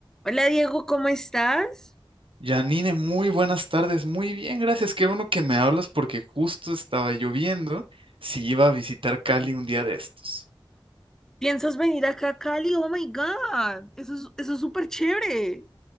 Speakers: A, in the centre; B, on the right (about 75°).
A: Hola Diego, ¿cómo estás?
B: Janine, muy buenas tardes. Muy bien, gracias. Qué bueno que me hablas porque justo estaba lloviendo si iba a visitar Cali un día de estos.
A: ¿Piensas venir acá a Cali? Oh my God, eso es, eso es súper chévere.